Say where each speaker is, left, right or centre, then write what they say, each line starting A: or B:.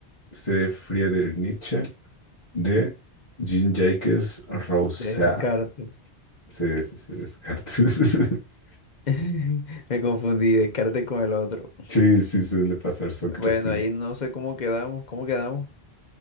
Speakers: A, on the left; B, on the left.
A: C, Friedrich Nietzsche. de Jean-Jacques Rousseau.
B: Descartes.
A: Sí, sí, sí, Descartes. <laughs>
B: <laughs> Me confundí, Descartes con el otro.
A: Sí, sí, suele pasar Sócrates.
B: Bueno, ahí no sé cómo quedamos, ¿cómo quedamos?